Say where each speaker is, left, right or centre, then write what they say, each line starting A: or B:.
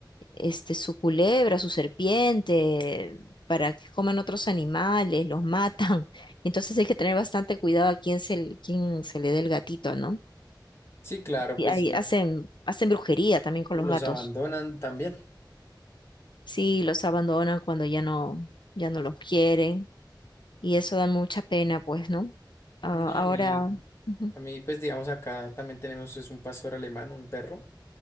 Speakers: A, on the left; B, on the left.
A: este, su culebra, su serpiente, para que coman otros animales, los matan. <laughs> Entonces hay que tener bastante cuidado a quién se, le- quién se le dé el gatito, ¿no?
B: Sí, claro,
A: Y
B: pues
A: ahí
B: eh,
A: hacen, hacen brujería también con
B: los
A: los gatos.
B: abandonan también.
A: Sí, los abandonan cuando ya no, ya no los quieren y eso da mucha pena, pues, ¿no? Ah,
B: No,
A: ahora,
B: a mí,
A: ujú,
B: a mí, pues digamos acá también tenemos es un pastor alemán, un perro,